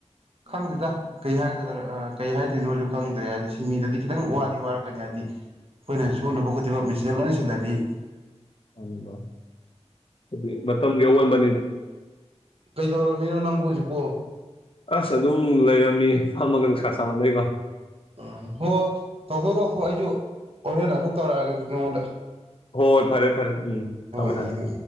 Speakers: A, on the right; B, on the left.
A: ꯈꯪꯗꯦꯗ ꯀꯩ ꯍꯥꯏꯒꯗ꯭ꯔꯥ ꯀꯩ ꯍꯥꯏꯗꯣꯏꯅꯣꯁꯨ ꯈꯪꯗ꯭ꯔꯦ ꯍꯥꯏꯗꯤ ꯁꯤ <unintelligible> ꯃꯤꯗꯗꯤ ꯈꯤꯇꯪ
B: ꯎꯝ
A: ꯋꯥꯗꯤ ꯋꯥꯔꯛꯀꯅꯤ ꯍꯥꯏꯗꯤ ꯑꯩꯈꯣꯏꯅ ꯁꯨꯅꯕ ꯈꯣꯠꯡꯃꯛ ꯃꯦꯆꯖꯦꯟ ꯂꯣꯏꯅ ꯁꯤꯜꯂꯗꯤ
B: <unintelligible> ꯑꯗꯨꯗꯤ ꯃꯇꯝꯒꯤ ꯑꯑꯩꯟꯕꯅꯤꯅ
A: ꯀꯩꯗꯧꯔꯃꯤꯅꯣ ꯅꯪꯕꯨ ꯍꯧꯖꯤꯛꯄꯨ
B: ꯑꯁ ꯑꯗꯨꯝ ꯂꯩꯔꯝꯃꯤ ꯐꯝꯃꯒ ꯅꯨꯪꯁꯥ ꯁꯥꯃꯅꯕꯩꯀꯣ
A: ꯎꯝ ꯍꯣꯏ ꯍ ꯇꯧꯊꯣꯛ ꯇꯧꯊꯣꯛ ꯑꯩꯁꯨ ꯍꯣꯔꯦꯟ ꯑꯃꯨꯛ ꯇꯧꯔꯛꯑꯒꯦ ꯅꯥꯉꯣꯟꯗ
B: ꯍ ꯐꯔꯦ ꯐꯔꯦ ꯎꯝ ꯊꯥꯃꯦ
A: ꯑꯗꯨꯃꯥꯏꯅ